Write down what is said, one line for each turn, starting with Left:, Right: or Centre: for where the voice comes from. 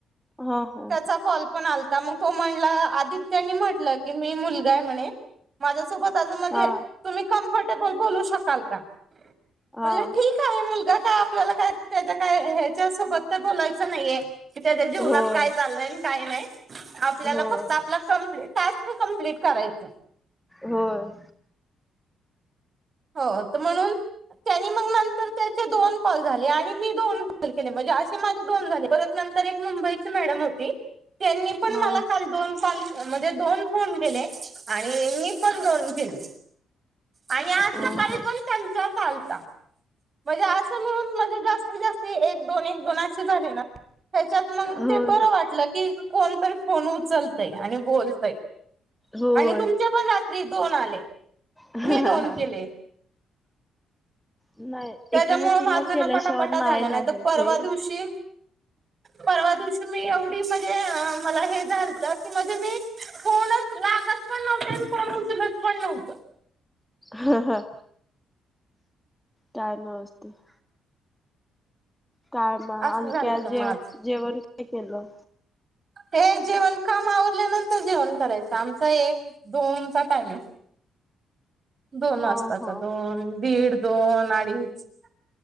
Centre: हा हा
Right: त्याचा कॉल पण आलता म तो म्हणला आधी त्यांनी म्हटल. की, मी मुलगा आहे म्हणे माझ्यासोबत आज म्हणजे
Centre: हा
Right: तुम्ही कम्फर्टेबल बोलू शकाल का?
Centre: हा
Right: म्हणलं ठीक आहे. मुलगा काय आपल्याला काय त्याच्या काय ह्याच्या सोबत तर नाहीये. की, त्याच्या जीवनात
Centre: होय
Right: काय चाललंय काय नाही आपल्याला
Centre: होय
Right: फक्त आपला कंप्लेट टास्क. हो, कम्प्लीट करायचं.
Centre: होय.
Right: हो, त म्हणून. त्यांनी मग नंतर त्याचे दोन कॉल झाले आणि मी दोन कॉल केले म्हणजे असे माझे दोन झाले परत. नंतर म एक मुंबई चि मॅडम होती. त्यांनी पण
Centre: हा
Right: मला काल मला दोन कॉल. म्हणजे दोन फोन केले. आणि मी पण दोन केले. आणि आज
Centre: अ
Right: सकाळी
Centre: ह,
Right: पण त्यांचाच आलता म्हणजे असं म्हणून मध्ये जास्तीत जास्ती एक दोन एक दोन अे झाले ना. त्याच्यात मग
Centre: होय
Right: ते बरं वाटलं की, कोणतरी फोन उचलतय आणि बोलतय.
Centre: होय
Right: आणि तुमचे पण रात्री दोन आले.
Centre: हा
Right: मी दोन
Centre: हा,
Right: केले
Centre: नाही.
Right: त्याच्यामुळे
Centre: एकीमेकीला
Right: माझ
Centre: केल्याशिवाय
Right: ना पटापटा झाल.
Centre: ना
Right: नाही त
Centre: होत
Right: परवा
Centre: हे
Right: दिवशी. परवा दिवशी मी एवढी म्हणजे मला हे झालत की, मध्ये मी. फोनच लागत पण नव्हते. अन उचलत पण नव्हत.
Centre: ह ह, काय नाय व्यवस्थित. काय म
Right: असं
Centre: आणखी
Right: झालत
Centre: जेव
Right: माझ
Centre: जेवण ते काय केलं.
Right: ते जेवण काम आवरल्यानंतर जेवण करायचं आमचा एक दोनचा टाईमीग. दोन
Centre: हा
Right: वासताचा
Centre: हा
Right: दोन दीड दोन अडीच.